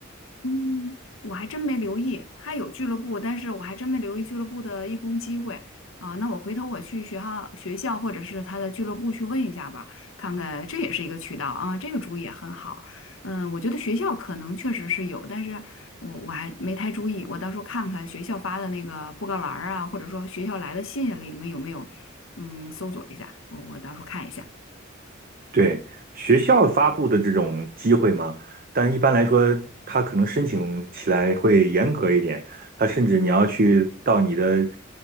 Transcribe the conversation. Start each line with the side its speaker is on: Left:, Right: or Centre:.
Left: 嗯，我还真没留意，他有俱乐部，但是我还真没留意俱乐部的义工机会啊、那我回头我去学校、学校或者是他的俱乐部去问一下吧，看看这也是一个渠道啊、这个主意也很好。嗯，我觉得学校可能确实是有，但是我我还没太注意，我到时候看看学校发的那个布告栏儿啊，或者说学校来的信啊里面有没有，嗯，搜索一下，我我到时候看一下。
Right: 对，学校发布的这种机会嘛，但一般来说，他可能申请起来会严格一点。他甚至你要去到你的